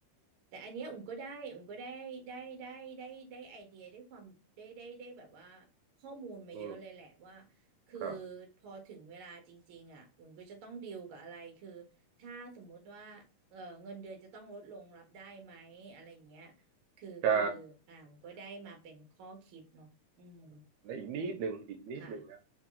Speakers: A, on the right (about 55°); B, on the right (about 75°).
A: แต่อันเนี้ยอุ่มก็ได้อุ่มก็ได้ได้ได้ได้ได้ไอเดียได้ความได้ได้ได้แบบว่าข้อมูลมาเยอะเลยแหละว่า
B: อืม
A: คือ
B: ครับ
A: พอถึงเวลาจริงๆอ่ะอุ่มก็จะต้องดีลกับอะไรคือถ้าสมมุติว่าเออเงินเดือนจะต้องลดลงรับได้ไหมอะไรอย่างเงี้ยคือ
B: ใช่
A: คืออ่าอุ่มก็ได้มาเป็นข้อคิดเนาะอืม
B: และอีกนิดหนึ่งอีกนิดหนึ่งนะ
A: ค่ะ